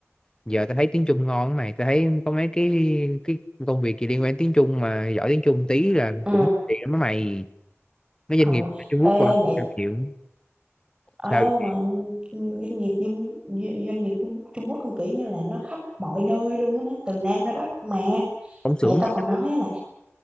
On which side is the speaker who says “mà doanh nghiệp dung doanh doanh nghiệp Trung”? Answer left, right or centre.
Right